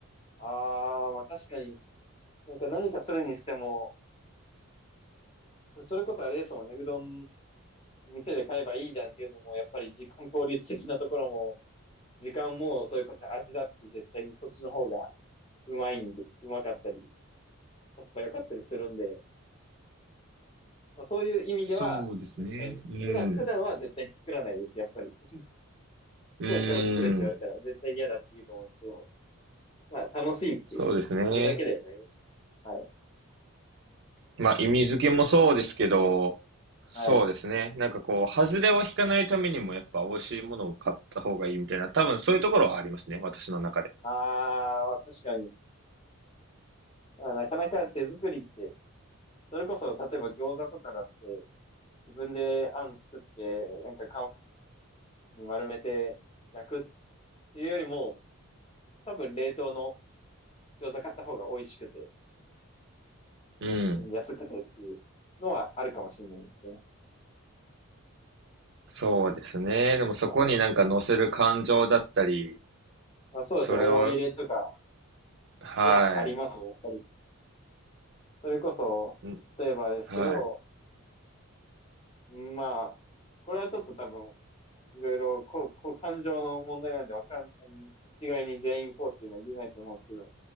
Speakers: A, on the left; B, on the right.
A: ああ、まあ確かに、なんか何かするにしても、それこそあれですもんね、うどん店で買えばいいじゃんっていうのも、やっぱり時間効率的なところも、時間もそれこそ味だって絶対にそっちの方がうまいんで、うまかったり、コスパ良かったりするんで、まあ、そういう意味では、
B: そうですね。
A: 絶対に、
B: ううん。
A: 普段、普段は絶対作らないです、
B: ん
A: やっぱり。<laughs>
B: うーん。
A: 普段から作れって言われたら絶対に嫌だって言うと思うんですけど、まあ楽しいっていう、
B: そうですね。
A: それだけだよね。はい。
B: まあ意味付けもそうですけど、そうですね。
A: はい。
B: なんかこう、外れを引かないためにもやっぱ美味しいものを買った方がいいみたいな、多分そういうところはありますね。私の中で。
A: あーまあ、確かに。まあ、なかなか手作りって、それこそ、例えば餃子とかだって、自分であん作って、なんか皮に丸めて焼くっていうよりも、多分冷凍の餃子買った方が美味しくて、
B: うん。
A: うん安くてっていうのはあるかもしれないですね。
B: そうですね。でもそこになんか乗せる感情だったり、
A: あのまあ、そうですね。
B: それを、
A: 思い入れとか
B: は
A: はありますね、やっぱり。それこそ、
B: い。ん
A: 例えばですけど、
B: はい。
A: まあ、これはちょっと多分いろいろ、こう、こう、感情の問題なんで、わかん、あの一概に全員こうっていうのは言えないと思うんですけど、